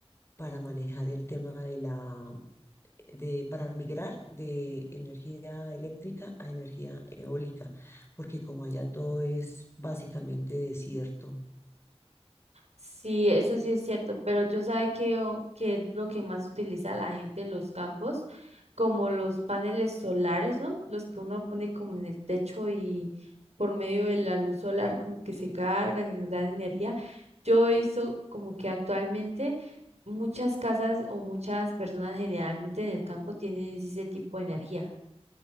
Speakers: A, on the left (about 25°); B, on the right (about 90°).
A: para manejar el tema de la, de, para migrar de energía eléctrica a energía eólica, porque como allá todo es básicamente desierto.
B: Sí, eso sí es cierto, pero yo sabe que, o- que es lo que más utiliza la gente en los campos, como los paneles solares, ¿no? Los que uno pone como en el techo y por medio de la luz solar como que se cargan y nos dan energía. Yo hizo como que actualmente muchas casas o muchas personas generalmente en el campo tienen ese tipo de energía.